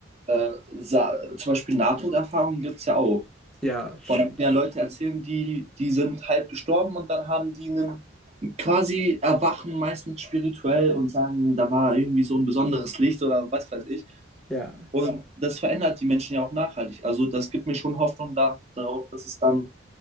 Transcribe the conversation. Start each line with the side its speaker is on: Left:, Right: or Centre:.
Right: äh, sa- zum Beispiel Nahtoderfahrungen gibt es ja auch.
Centre: ja, stimmt.
Right: Von mehr Leute erzählen, die, die sind halb gestorben und dann haben die einen quasi erwachen, meistens spirituell und sagen, da war irgendwie so ein besonderes Licht oder was weiß ich.
Centre: Ja.
Right: Und das verändert die Menschen ja auch nachhaltig. Also das gibt mir schon Hoffnung da, darauf, dass es dann